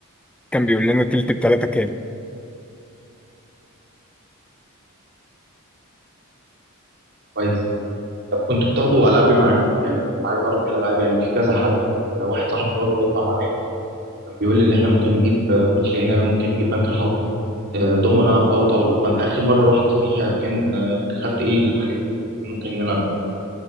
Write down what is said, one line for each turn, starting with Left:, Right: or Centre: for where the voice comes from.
Centre: كان بيقول لنا تلت بتلاتة كام
Right: كويس طب كنت بتاخدوا ألعابي معاكم يعني كنت عايز أعرف إيه الألعاب يعني في كذا حد آه، واحد صاحبي برضه هيطلع معايا كان بيقول لي إن إحنا ممكن نجيب آه، كوتشينة ممكن نجيب بنك الحظ آه، دومنا أو طاولة فأنت آخر مرة رحت فيها كان آه، خدت إيه الحاجات اللي ممكن نلعب بيها